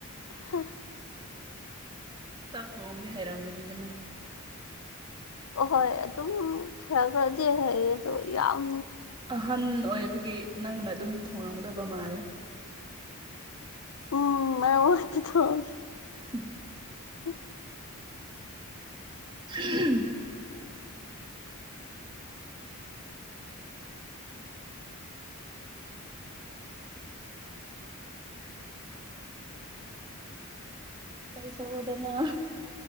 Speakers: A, on the left; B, on the right.
A: ꯍ
B: ꯁ ꯊꯣꯡꯝꯗ ꯍꯥꯏꯔꯝꯒꯅꯤꯗꯅ
A: ꯑꯍꯣꯏ ꯑꯗꯨꯝ ꯈꯔ ꯈꯔꯗꯤ ꯍꯥꯏꯌꯦ ꯑꯗꯣ ꯌꯥꯝ
B: ꯑꯍꯟ ꯑꯣꯏꯕꯒꯤ ꯅꯪꯅ ꯑꯗꯨꯝ ꯊꯧꯔꯝꯗꯕ ꯃꯥꯜꯂꯦ
A: ꯎꯝ ꯃꯔ ꯋꯥꯠꯇ ꯊꯣꯛ
B: ꯎꯝ
A: ꯎ
B: ꯎꯝ ꯀꯜꯁ ꯍꯗꯅ